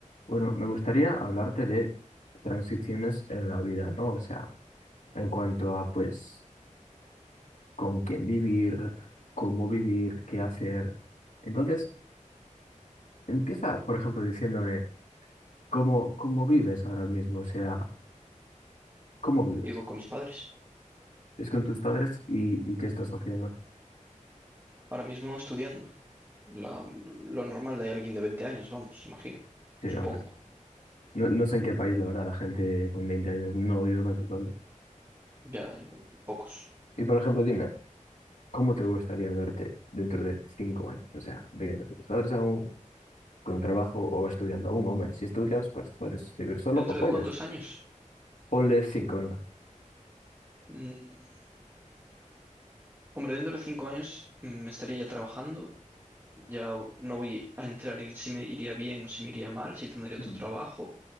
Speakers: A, on the left (about 70°); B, on the right (about 15°).
A: Bueno, me gustaría hablarte de transiciones en la vida, ¿no? O sea, en cuanto a, pues, con quién vivir, cómo vivir, qué hacer. Entonces, empieza, por ejemplo, diciéndome cómo, cómo vives ahora mismo, o sea, cómo vives.
B: Vivo con mis padres,
A: ¿Es con tus padres y, y qué estás haciendo?
B: ahora mismo estudiando. La- lo normal de alguien de 20 años, vamos, imagino,
A: Sí,
B: supongo.
A: hombre. No, no sé en qué país, la verdad, la gente con 20 años no vive con sus padres.
B: Ya, eh, pocos.
A: Y, por ejemplo, dime, ¿cómo te gustaría verte dentro de 5 años? O sea, viviendo con tus padres aún. con un trabajo o estudiando aún, hombre. Si estudias, pues puedes vivir solo
B: ¿Dentro
A: o puedes.
B: de cuántos años?
A: Ponle cinco, venga.
B: Mm, hombre, dentro de cinco años mm, me estaría ya trabajando. Ya no voy a entrar en si me iría bien o si me iría mal, si tendría otro
A: Mm.
B: trabajo.